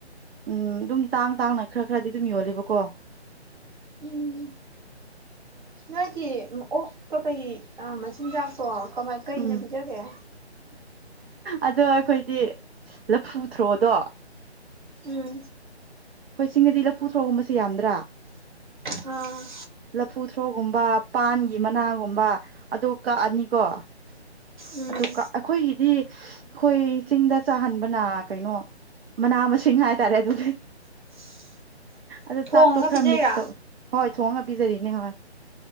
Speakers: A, on the right (about 60°); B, on the right (about 45°).
A: ꯎꯝ ꯑꯗꯨꯝ ꯇꯥꯡ ꯇꯥꯡꯅ ꯈꯔ ꯈꯔꯗꯤ ꯑꯗꯨꯝ ꯌꯣꯂꯦꯕꯀꯣ
B: ꯎꯝ ꯅꯣꯏꯒꯤ ꯑꯣꯛꯄ ꯀꯩ ꯃꯆꯤꯟꯖꯥꯛꯇꯣ ꯀꯃꯥꯏ ꯀꯩꯅ
A: ꯎꯝ
B: ꯄꯤꯖꯒꯦ
A: ꯑꯗꯣ ꯑꯩꯈꯣꯏꯗꯤ ꯂꯐꯨ ꯊꯣꯔꯛꯑꯣꯗꯣ
B: ꯎꯝ
A: ꯍꯣꯏ ꯆꯤꯡꯅꯗꯤ ꯂꯐꯨ ꯊ꯭ꯔꯣꯒꯨꯝꯕꯁꯦ ꯌꯥꯝꯗ꯭ꯔꯥ
B: ꯎꯝ
A: ꯂꯐꯨ ꯊ꯭ꯔꯣꯒꯨꯝꯕ ꯄꯥꯟꯒꯤ ꯃꯅꯥꯒꯨꯝꯕ ꯑꯗꯨꯣ ꯀꯛꯑꯅꯤꯀꯣ
B: ꯎꯝ
A: ꯑꯗꯨꯒ ꯑꯩꯈꯣꯏꯒꯤꯗꯤ ꯑꯩꯈꯣꯏ ꯆꯤꯡꯗ ꯆꯥꯍꯟꯕꯅ ꯀꯩꯅꯣ ꯃꯅꯥ ꯃꯁꯤꯡ ꯍꯥꯏꯇꯥꯔꯦ ꯑꯗꯨꯗꯤ
B: <unintelligible>
A: ꯑꯗꯣ
B: ꯊꯣꯡꯉꯒ
A: ꯆꯥꯛꯇꯣ ꯈꯔ
B: ꯄꯤꯖꯩꯔꯥ
A: ꯃꯤꯛꯁ ꯇꯧ ꯍꯣꯏ ꯊꯣꯡꯉꯒ ꯄꯤꯖꯔꯤꯅꯦ ꯍꯣꯏ